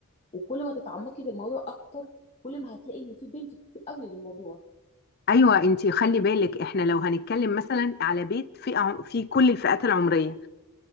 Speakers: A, on the left; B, on the left.
A: وكل ما تتعمقي في الموضوع اكتر كل ما هتلاقي ان في بنفيت كتير قوي للموضوع
B: ايوه انتي خلي بالك احنا لو هنتكلم مثلا على بيت فئه في كل الفئات العمريه